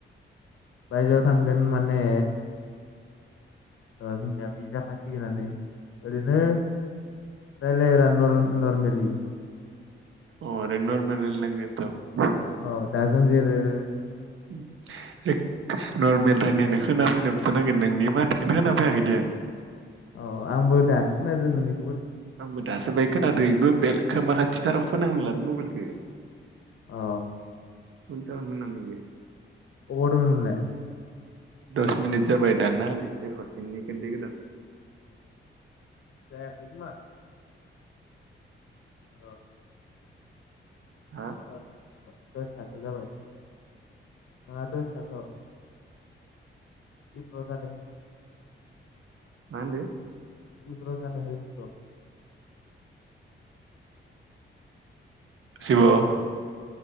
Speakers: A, on the left; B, on the right.
A: बायजोआव थांगोन माने ओ जोंनिया बे जाखासिगोनानो ओरैनो रायलायरा नर नरमेलि
B: अ रै नरमेलि रायलायनां गोनथ
A: औ दा जों जेरै राय
B: उ एक नर्मेल रायनाय नाय खोनाफैनोबोथ नांगोन नोंनि माथोखोनो खोना फैयाखैदि आं
A: अ आंबो दाासो खोनादो नोंनि
B: आंबो दासो बाय खोनादो इबो बेलेग खोमा खाथिथाराव फोनांना लादो मबाइलखो
A: अ
B: फुल साउन होनानैबो
A: अबाव दङ नोंलाय
B: दस मिनिट जाबाय दानना होदो ओमफ्राय हरफिननि दे गोदान
A: जायाखै खोमा ओ
B: हा
A: जादों दसे थाथ जाबाय नाङा दसेथाथ इकग्र' जानो हो
B: मा होनदो
A: इग्र' जानो हो इग्र'
B: <unintelligible>